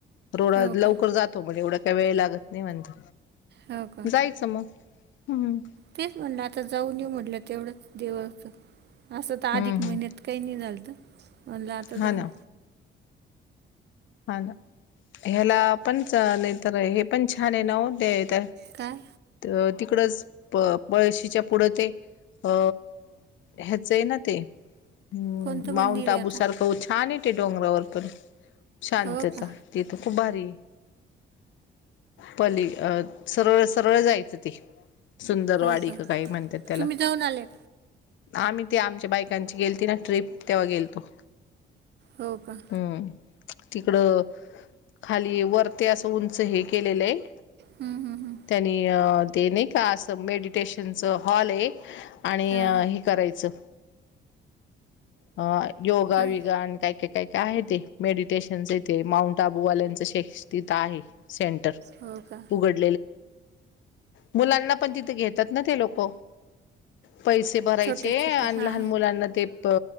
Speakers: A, on the left (about 70°); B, on the right (about 60°).
A: रोड
B: हो
A: लवकर
B: का?
A: जातो म्हणजे एवढा काय वेळ लागत नाही म्हणत.
B: हो का?
A: जायचं मग हम्म.
B: तेच म्हणलं आता जाऊन येऊ म्हटलं तेवढंच देव असतं. असं तर
A: हम्म
B: अधिक महिन्यात
A: हम्म
B: काही नाही झाल तर म्हणलं आता जाऊन
A: हा ना हा ना हेला. पण नाही तर हे पण छान आहे न ते तर
B: काय?
A: तर तिकडच. बळशीच्या पुढं ते अ ह्याचं आहे ना ते हम्म
B: कोणतं मंदिर
A: माऊंट
B: आहे
A: आबू
B: आता?
A: सारखं छान येते डोंगरावर पण शांतता
B: हो का?
A: तीथ खूप भारी आहे. पली अ सरळ सरळ जायचं ती सुंदरवाडीिक
B: हो का?
A: काही म्हणतात त्याला
B: तुम्ही जाऊन आलेत?
A: आम्ही ते आमच्या बायकांची गेलती ना ट्र्रीप तेव्हा गेलतो.
B: हो का?
A: ह. तिकड खाली वरते असं उंच हे केलेलं आहे.
B: हम्म हम्म हम्म.
A: त्यांनी देणे का असं मेडिटेशनच हॉल आहे. आणि
B: हां.
A: हे करायचं. अ योगा
B: काय?
A: विगा आणि काय काय काय काय आहे ते मेड स्टेशने माउंट आबूवाल्याच श तिथ आहे सेंटर
B: हो का
A: उघड. मुलांना पण तिथे घेतात ना ते लोक. पैसे भरायचे
B: छोटे छोटे
A: आणि
B: हां.
A: लहान मुलांना ते अ